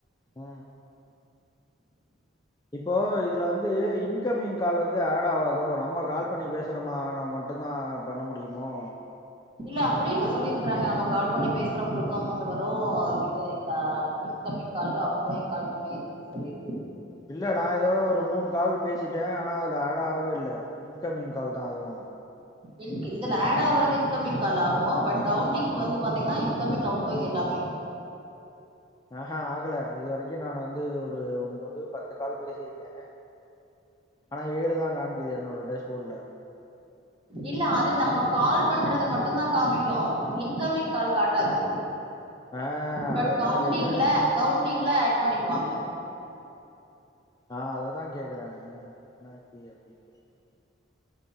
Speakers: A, on the left (about 20°); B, on the right (about 25°).
A: அ இப்போ இதுல வந்து இன்கமிங் கால் வந்து ஆட் ஆகாதோ நம்ம கால் பண்ணி பேசுறோமான மட்டு்தா ஆட் பண்ண முடியுமோ
B: இல்ல அப்டி இல்ல சொல்லிருக்குறாங்க நம்ம கால் பண்ணி பேசுறவங்ளுக்கு அமௌண்ட் வரு இது அப்டின் இன்கமிங் காலு அவுட்கோயிங் காலுக்குமே இருக்கு சொல்லிருக்
A: இல்ல நா இதோட ஒரு மூணு கால் பேசிட்டே ஆனா அதுல ஆட் ஆகவே இல்ல இன்கமிங் கால் தா அதுவு
B: இன்க் இதுல ஆட் ஆவ்றது இன்கமிங் கால் ஆகு பட் கவுண்டிங் வந்து பாத்திங்ன்னா இன்கமிங் அவுட்கோயிங் எல்லாமே
A: ஆ ஹ அகுல இது வரைக்கு நான் வந்து ஒரு ஒன்போது பத்து கால் பேசிருக்கே ஆனா ஏழு தா காமிக்க்குது என்னோட டேஷ் ஃபோட்ல்ல
B: இல்ல அது நம்ம கால் பண்றத மட்டுதா காமிக்கு இன்கமிங் கால் காட்டாது
A: ஏ
B: பட்
A: அததா
B: கவுண்டிங்ல
A: கேக்குறே
B: கவுண்டிங்ல ஆட் பண்ணிக்குவாங்க
A: ஆ அததா கேக்குறே என்னாச்சி அப்டின்ட்டு